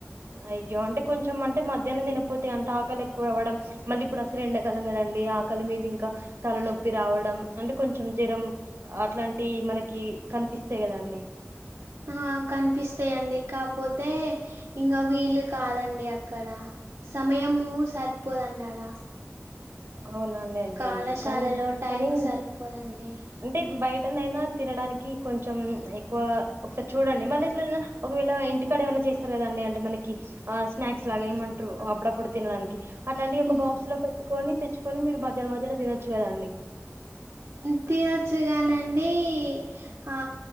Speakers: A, on the right; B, on the right.
A: అయ్యో అంటే కొంచెం అంటే మధ్యాహ్నం తినపోతే అంటే ఆకలి ఎక్కువ అవ్వడం మళ్ళీ ఇప్పుడు అసలే ఎండకాలం కదండి ఆకలి మీద ఇంక తలనొప్పి రావడం అంటే కొంచెం జ్వరం అట్లాంటి మనకి కనిపిస్తయ్ కదాండి
B: ఆ కనిపిస్తాయండి కాపోతే ఇంగ వీలు కాదండి అక్కడ సమయము సరిపోద్ అండి ఆడ
A: అవునండి అయ్యయో
B: కళాశాలలో
A: కానీ
B: టైము
A: కానీ
B: సరిపోదండి
A: అంటే బయటనైనా తినడానికి కొంచెం ఎక్కువ ఒకసారి చూడండి మళ్ళీ ఎట్ల అన్న ఒకవేళ ఇంటికాడ ఏమన్నా చేస్తారు కద అ అంటే మనకి ఆ స్నాక్స్ లాగా ఏమంట్రు అప్పుడప్పుడు తినడానికి అట్లాంటి ఒక
B: మ్మ్
A: బాక్స్ లో పెట్టుకొని తెచ్చుకొని మీరు మధ్యలో మధ్యలో తినొచ్చు కదండి
B: తినొచ్చు కానండి ఆ